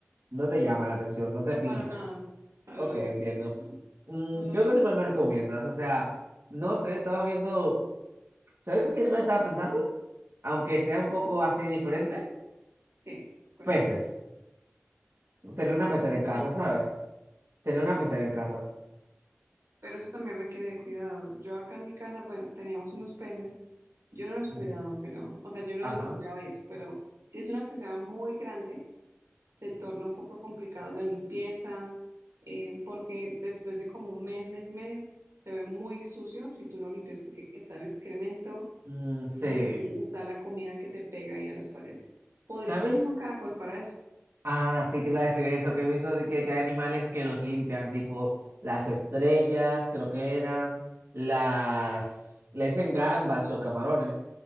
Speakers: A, on the right (about 60°); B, on the right (about 80°).
A: No te llama la atención, no te
B: No,
A: pinta.
B: para nada, para
A: Ok,
B: nada.
A: entiendo.
B: No,
A: Mm,
B: no es lo
A: ¿Qué
B: mío.
A: otro animal me recomiendas? O sea, no sé, estaba viendo. ¿Sabes qué animal estaba pensando? Aunque sea un poco así diferente,
B: Sí, cuento.
A: peces.
B: Estaba
A: Tener una pecera
B: pensando
A: en casa,
B: en eso.
A: ¿sabes? Tener una pecera en casa.
B: Pero eso también requiere de cuidado. Yo acá en mi casa, bueno, teníamos unos peces. Yo no los
A: Ujú.
B: cuidaba, pero, o sea, yo no
A: Ajá.
B: los limpiaba eso, pero si es una pecera muy grande, se torna un poco complicado la limpieza, eh, porque después de como un mes, mes y medio, se ve muy sucio si tú no limpias, porque está el excremento
A: Mm, sí.
B: y está la comida que se pega ahí a las paredes. Podrías
A: ¿Sabes?
B: tener un caracol para eso.
A: Ah, sí, te iba a decir eso, que he visto de que, que hay animales que los limpian, tipo las estrellas, creo que eran, las... Le dicen gambas o camarones.